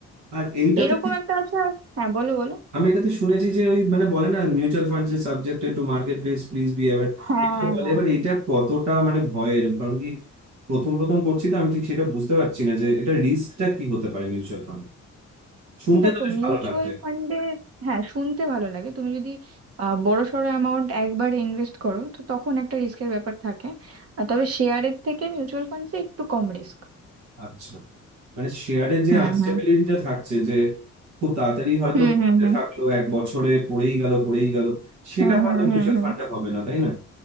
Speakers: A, on the right (about 75°); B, on the right (about 50°).
A: আর এইটাতে
B: এরকম একটা আছে আর- হ্যাঁ বলো বলো
A: আমি এটাতে শুনেছি যে ওই মানে বলে না মিউচুয়াল ফান্ড যে subjected to market risk please be aware
B: হ্যাঁ
A: এটা বলে
B: হ্যাঁ
A: এবার এটা কতটা মানে ভয়ের কারণ কি প্রথম প্রথম করছি তো আমি ঠিক সেটা বুঝতে পারছি না যে এটা রিস্কটা কি হতে পারে মিউচুয়াল ফান্ড শুনতে
B: দেখো
A: তো বেশ
B: মিউচুয়াল
A: ভালো লাগছে
B: ফান্ডে হ্যাঁ শুনতে ভালো লাগে তুমি যদি আহ, বড়সড় অ্যামাউন্ট একবারে ইনভেস্ট করো তো তখন একটা রিস্কের ব্যাপার থাকে আর তবে শেয়ারের থেকে মিউচুয়াল ফান্ডসে একটু কম রিস্ক
A: আচ্ছা মানে শেয়ারের যে
B: হুম
A: আনস্টেবিলিটিটা
B: হুম
A: থাকছে যে খুব তাড়াতাড়ি হয়তো
B: হুম
A: পড়তে
B: হুম হুম
A: থাকলো এক বছরে পড়েই গেল পড়েই গেল সেটা
B: হুম
A: হয়তো
B: হুম
A: মিউচুয়াল
B: হুম হুম।
A: ফান্ডে হবে না তাই না